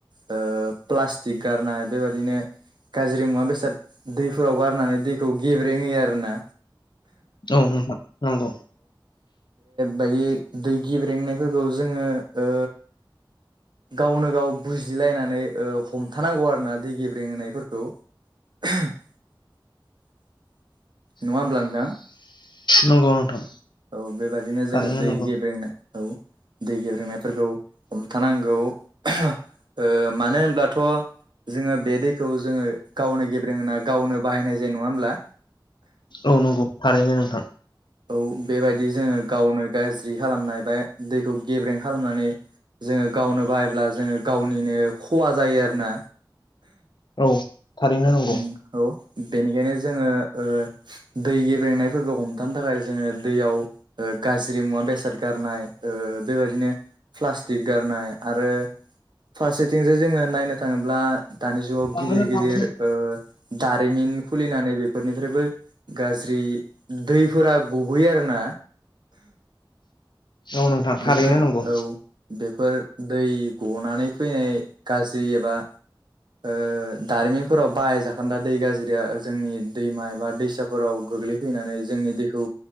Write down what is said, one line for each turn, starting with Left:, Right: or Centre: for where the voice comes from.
Right: ओ प्लास्टिक गारनाय बेबादिनो गाज्रि मुवा बेसाद दैफोराव गारनानै दैखौ गेब्रेेंहोयो आरोना
Left: औ नोंथां नंगौ
Right: बायदि दै गिब्रेंनायफोरखौ जोङो ओ गावनो गाव बुजिलायनानै ओ हमथानांगौ आरोना दै गेब्रें होनायफोरखौ नङा होमब्ला नोंथां
Left: नंगौ नोंथां
Right: औ बेबायादिनो
Left: थारैनो
Right: जोङो दै
Left: नंगौ
Right: गेब्रेंनाय औ दै गेब्रोंनायफोरखौ हमथानांगौ ओ मानो होनब्लाथ' जोङो बे दैखौ जोङो गावनो गेबे ब्रेंहोना गावनो बाहायनाय जायो नङा होनब्ला
Left: औ नंगौ थारैनो नोंथां
Right: औ बेबायदि जोङो गावनो गाज्रि खालामनाय बा दैखौ गेब्रें खालामनानै जोङो गावनो बाहायब्ला जोङो गावनिनो खहा जायो आरोना
Left: औ थारैनो नंगौ
Right: उम औ बेनिखायनो जोङो ओ दै गेब्रेंनाय फोरखौ हमथानो थाखाय जोङो दैयाव ओ गाज्रि मुवा बेसाद गारनाय ओ बेबायदिनो प्लास्टिक गारनाय आरो फारसेथिं जे जोङो नायनो थाङोब्ला दानि जुगाव
Left: थांगोन
Right: गिदिर गिदिर
Left: थांगोन
Right: ओ दारिमिन खुलिनानै बे फोरनिफ्रायबो गाज्रि दैफोरा गबोयो आरोना
Left: औ नोंथां थारैनो
Right: बेफोर
Left: नंगौ
Right: औ बेफोर दै गनानै फैनाय गाज्रि एबा ओ दारिमिनफोराव बाहायजाखोनदा दै गाज्रिया जोंनि दैमा एबा दैसाफोराव गोग्लैफैनानै जोंनि दैखौ